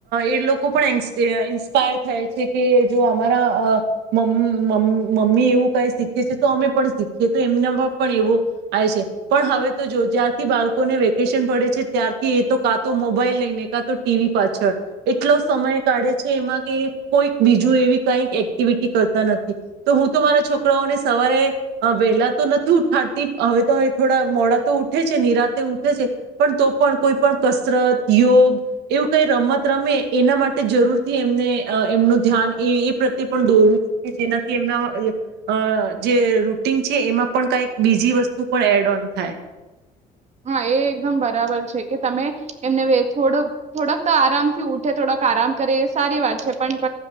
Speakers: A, on the right (about 80°); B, on the right (about 40°).
A: એ લોકો પણ એન્સ ઇન્સ્પાયર થયા છે કે જો અમારા મમ મમ્મી એવું કઈ શીખે છે તો અમે પણ શીખીએ તો એમનામાં પણ એવો આવે છે પણ હવે તો જો જ્યારથી બાળકો <unintelligible> વેકેશન પડે છે ત્યારથી એ તો કા તો મોબાઈલ લઈને, કા તો ટીવી પાછળ એટલો સમય કાઢે છે એમાં કે કોઈ બીજું એવી કઈક એક્ટિવિટી કરતા નથી તો હું તો મારા છોકરાઓને સવારે વહેલા તો નથી ઉઠાડતી હવે તો થોડા મોડા તો ઉઠે છે નિરા તે ઉઠે છે પણ તો પણ કોઈ પણ કસરત યોગ એવું કઈ રમત રમે એના માટે જરૂરથી એમને એમનું ધ્યાન એ એ પ્રત્યે પણ દોરું કે જેનાથી એમના અ જે રૂટીન છે એમાં પણ કઈક બીજી વસ્તુ પણ એડ ઓન થાય.
B: હા એ એકદમ બરાબર છે કે તમે એમને વે થોડ થોડક તો આરામથી ઉઠે થોડક આરામ કરે એ સારી વાત છે પણ ક